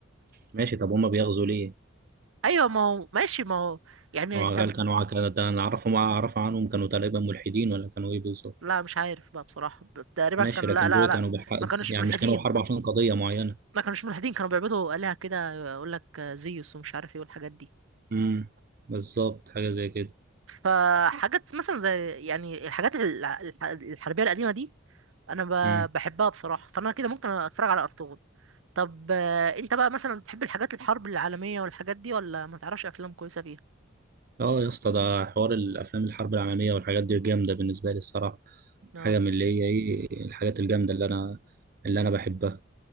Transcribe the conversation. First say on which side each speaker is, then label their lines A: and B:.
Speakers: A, on the right (about 50°); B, on the right (about 80°).
A: ماشي طب هما بيغزوا ليه؟
B: ايوه ما هو ماشي ما هو يعني
A: هو
B: انت
A: هل
B: م-
A: كانوا ع- كان ده انا اعرفهم اعرف عنهم كانوا تقريبا ملحدين ولا كانوا ايه بالظبط؟
B: لا مش عارف بقى بصراحة تقريبا
A: ماشي
B: كانوا
A: لكن
B: لا لا
A: دول
B: لا
A: كانوا بحق...
B: ما كانوش
A: يعني
B: ملحدين
A: مش كانوا بحرب عشان قضيه معينه
B: ما كانوش ملحدين كانوا بيعبدوا آلهة كده يقول لك زيوس ومش عارف ايه والحاجات دي
A: امم بالظبط حاجه زي كده
B: فحاجات مثلا زي يعني الحاجات ال- الح- الحربية القديمة دي انا
A: امم
B: ب- بحبها بصراحة فانا كده ممكن اتفرج على ارطغرل طب آه، انت بقى مثلا بتحب الحاجات الحرب العالمية والحاجات دي ولا ما تعرفش افلام كويسة فيها
A: اه يا اسطى ده حوار الافلام الحرب العالميه والحاجات دي جامده بالنسبه لي الصراحه
B: اه
A: حاجه من اللي هي ايه الحاجات الجامده اللي انا اللي انا بحبها